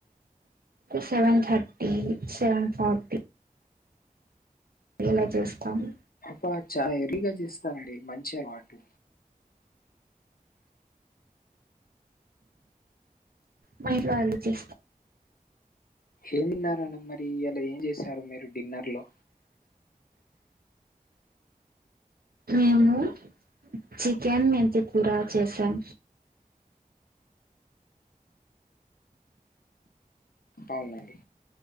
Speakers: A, on the right; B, on the left.
A: సెవెన్ థర్టీ సెవెన్ ఫార్టీ ఎలా చేస్తాము
B: అబ్బా చాలా ఎర్లీగా చేస్తారండి మంచి అలవాటు,
A: మా ఇంట్లో అంతే
B: ఏమి తిన్నారన్న మరి ఇలా ఏం చేశారు మీరు డిన్నర్ లో
A: మేము చికెన్ మెంతు కూర చేసాం,
B: అవునండి